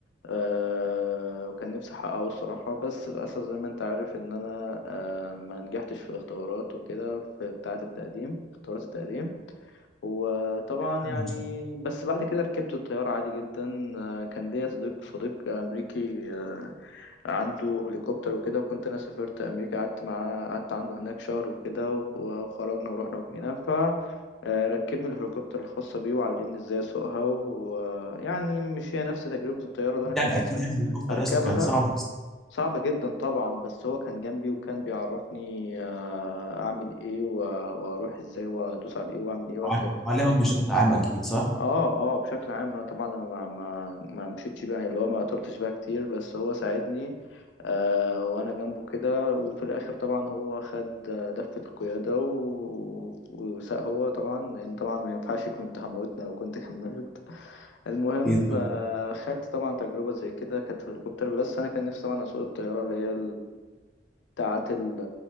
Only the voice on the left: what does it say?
أه وكان نفسي أحققه الصراحة بس للأسف زي ما أنت عارف إن أنا أه ما نجحتش في الاختبارات وكده في بتاعة التقديم اختبارات التقديم وطبعا
يعني
بس بعد كده ركبت الطيارة عادي جدا أه كان ليا صديق صديق أمريكي أه عنده هليكوبتر وكده وكنت أنا سافرت أمريكا قعدت معاه قعدت عنده هناك شهر وكده وخرجنا ورحنا وجينا آه، ركبني الهليكوبتر الخاصة بيه وعلمني ازاي اسوقها ويعني مش هي نفس تجربة الطيارة اللي انا
كان
نفسي
اركبها
صعبة جدا طبعا بس هو كان جنبي وكان بيعرفني آه، اعمل ايه و- واروح ازاي وادوس على ايه واعمل ايه واركب
اه اه بشكل عام أنا طبعا انا ما ما ما مشيتش بقى اللي هو ما طرتش بقى كتير بس هو ساعدني آه وانا جنبه كده وفي الاخر طبعا هو خد آه، دفة القيادة و... وساق هو طبعا لان طبعا ما ينفعش كنت هموتنا لو كنت كملت المهم
آه خدت طبعا تجربة زي كده كانت في الهليكوبتر بس انا كان نفسي طبعا اسوق الطيارة اللي هي بتاعت ال-